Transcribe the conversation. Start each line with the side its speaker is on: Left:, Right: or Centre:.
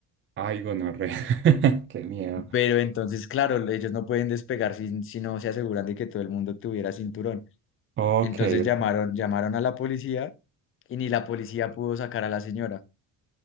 Right: ay, gonorrea. <laughs> Qué miedo.
Left: Pero entonces, claro, ellos no pueden despegar si, si no se aseguran de que todo el mundo tuviera cinturón.
Right: Ok.
Left: Entonces
Right: ok.
Left: llamaron, llamaron a la policía y ni la policía pudo sacar a la señora.